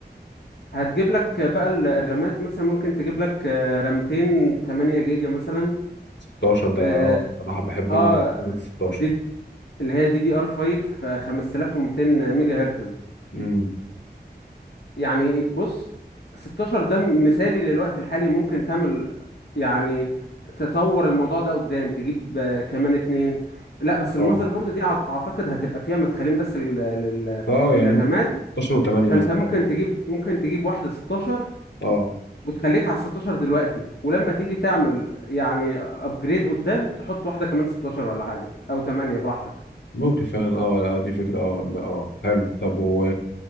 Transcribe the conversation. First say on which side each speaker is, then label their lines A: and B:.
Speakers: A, on the left; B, on the left.
A: هتجيب لك بقى ال- الرامات مثلا ممكن تجيب لك آه، رامتين 8 جيجا مثلا
B: 16 ده
A: اه
B: اه صراحه بحب
A: آه،
B: انا كلمة 16
A: دي اللي هي دي دي ار 5 5200 ميجا هرتز
B: امم
A: يعني بص 16 ده مثالي للوقت الحالي ممكن تعمل يعني تطور الموضوع ده قدام تجيب آه، كمان اتنين لا بس
B: اه
A: المذر بورد دي أعت- اعتقد هتبقى فيها مدخلين بس لل... لل...
B: اه يعني
A: للرامات
B: ممكن 16 و8
A: فانت
B: مثلا
A: ممكن
B: حاجه زي
A: تجيب
B: كده
A: ممكن تجيب واحدة 16
B: اه
A: وتخليك على 16 دلوقتي ولما تيجي تعمل يعني ابجريد قدام تحط واحدة كمان 16 ولا حاجة او 8 براحتك
B: ممكن فعلا اه آه، دي فكرة اه اه حلو طب و